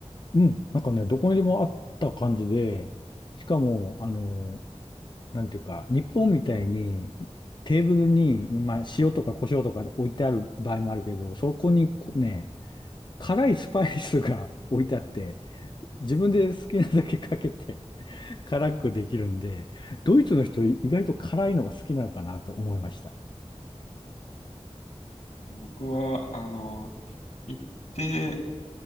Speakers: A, on the left; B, on the left.
A: うん。なんかね、どこにでもあった感じで、しかも、あの、なんていうか、日本みたいにテーブルに、まあ、塩とか胡椒とか置いてある場合もあるけど、そこにこね、辛いスパイスが置いてあって、自分で好きなだけかけて辛くできるんで、ドイツの人意外と辛いのが好きなのかなと思いました。
B: 僕は、あの、行って、